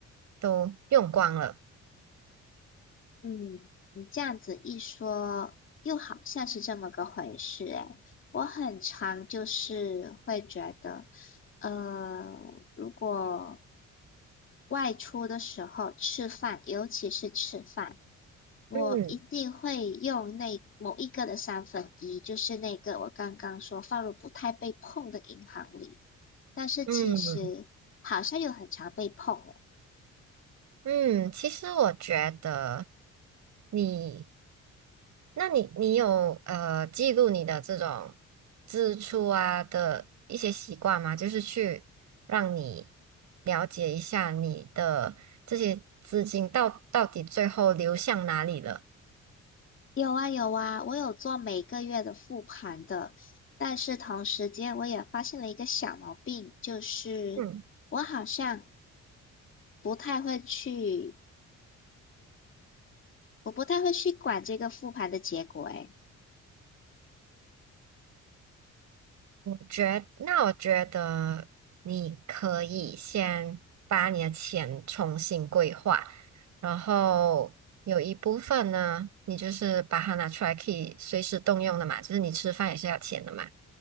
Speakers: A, on the right (about 65°); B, on the left (about 40°).
A: 都用光了，
B: 嗯，你这样子一说，又好像是这么个回事诶。我很常就是会觉得，呃，如果外出的时候吃饭，尤其是吃饭。我一定会用那某一个的三分一，
A: 嗯
B: 就是那个我刚刚说放入不太被碰的银行里。但是其实好像又很常被碰哦。
A: 嗯。嗯，其实我觉得你，那你你有呃记录你的这种支出啊的一些习惯吗？就是去让你了解一下你的这些资金到到底最后流向哪里了。
B: 有啊有啊，我有做每个月的复盘的，但是同时间我也发现了一个小毛病，就是我好像
A: 嗯。
B: 不太会去，我不太会去管这个复盘的结果诶。
A: 我觉，那我觉得你可以先把你的钱重新规划，然后有一部分呢，你就是把它拿出来可以随时动用的嘛，就是你吃饭也是要钱的嘛。